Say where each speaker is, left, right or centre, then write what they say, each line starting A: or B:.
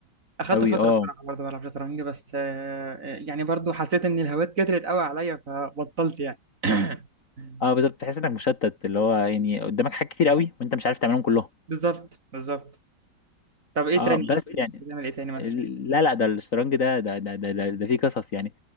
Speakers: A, on the right; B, on the left.
A: اخدت
B: أوي
A: فتره
B: اه
A: بصراحه برضه بلعب شطرنج بس آه، يعني برضه حسيت ان الهوايات كترت قوي عليا فبطلت يعني <coughs>
B: اه بالظبط تحس إنك مشتت اللي هو يعني قدامك حاجات كتير أوي وأنت مش عارف تعملهم كلهم
A: بالظبط بالظبط طب ايه
B: اه
A: تاني
B: بس
A: ايه تاني بتعمل ايه تاني مثلا
B: لا لا ده الشطرنج ده ده ده ده, ده, ده فيه قصص يعني